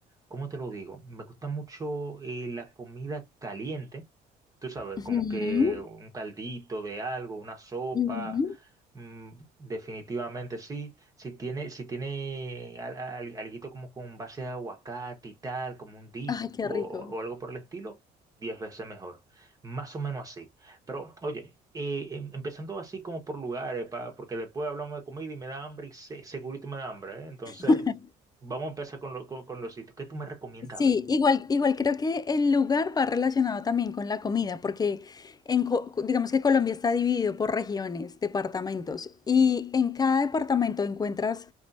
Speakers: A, on the right; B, on the left.
A: ¿Cómo te lo digo? Me gusta mucho eh, la comida caliente. Tú sabes,
B: Ujú,
A: como que un caldito de algo, una sopa.
B: ujú.
A: mm, definitivamente sí. Si tiene, si tiene al- al- alguito como con base de aguacate y tal, como un dip
B: Ay, qué
A: o
B: rico.
A: o algo por el estilo. Diez veces mejor. Más o menos así. Pero, oye, eh, em- empezando así como por lugares, pa- porque después hablamos de comida y me da hambre y se- segurito me da hambre, ¿eh? Entonces,
B: <laughs>
A: vamos a empezar con, lo- con, con los sitios. ¿Qué tú me recomiendas
B: Sí,
A: ver?
B: igual, igual creo que el lugar va relacionado también con la comida, porque en, co- digamos que Colombia está dividido por regiones, departamentos, y en cada departamento encuentras